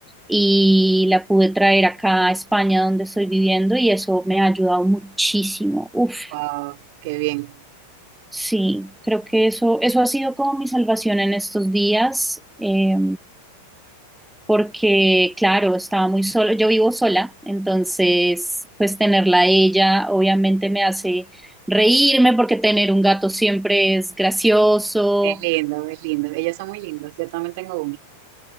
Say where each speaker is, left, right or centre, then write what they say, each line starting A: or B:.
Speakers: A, in the centre; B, on the right.
A: y la pude traer acá a España donde estoy viviendo y eso me ha ayudado muchísimo. Uf,
B: Wow, qué bien.
A: sí, creo que eso, eso ha sido como mi salvación en estos días. Eh, porque, claro, estaba muy sola, yo vivo sola, entonces, pues tenerla a ella obviamente me hace reírme porque tener un gato siempre es gracioso,
B: Es lindo, es lindo. Ellos son muy lindos. Yo también tengo uno.